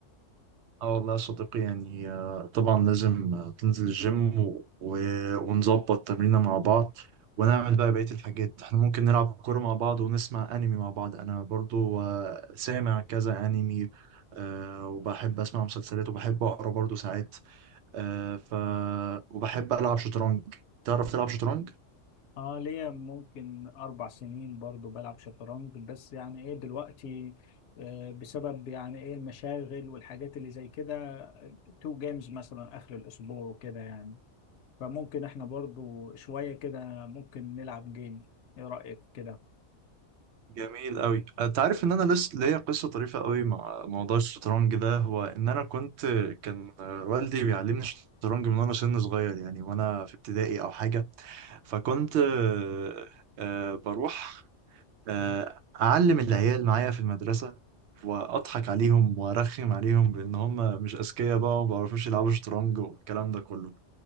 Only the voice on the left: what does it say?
اه ليا ممكن أربع سنين برضو بلعب شطرنج بس يعني ايه دلوقتي آه، بسبب يعني ايه المشاغل والحاجات اللي زي كده تو جيمز مثلا آخر الأسبوع وكده يعني فممكن احنا برضو شوية كده ممكن نلعب جيم ايه رأيك كده
اه